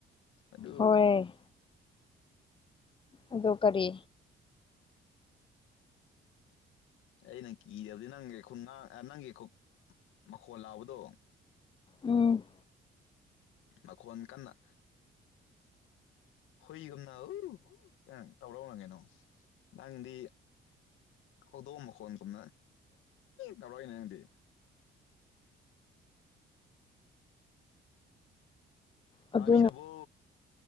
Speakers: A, on the left; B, on the left.
A: ꯑꯗꯨ
B: ꯍꯣꯏ ꯑꯗꯨ ꯀꯔꯤ
A: ꯑꯩꯅ ꯀꯤ ꯍꯏꯕꯗꯤ ꯅꯪꯒꯤ ꯈꯨꯟ ꯉꯥꯡ ꯅꯪꯒꯤ ꯃꯈꯣꯟ ꯂꯥꯎꯕꯗꯣ
B: ꯎꯝ
A: ꯃꯈꯣꯟ ꯀꯟꯅ ꯍꯣꯏꯒꯨꯝꯅ ꯀ ꯇꯥꯎꯔꯥꯎꯅ ꯀꯩꯅꯣ ꯅꯪꯗꯤ ꯍꯧꯗꯣꯡꯑ ꯃꯈꯣꯟꯒꯨꯝꯅ ꯇꯧꯔꯏꯅꯦ ꯅꯪꯗꯤ
B: ꯑꯗꯨꯅ
A: ꯇꯥꯕꯤꯔꯕꯣ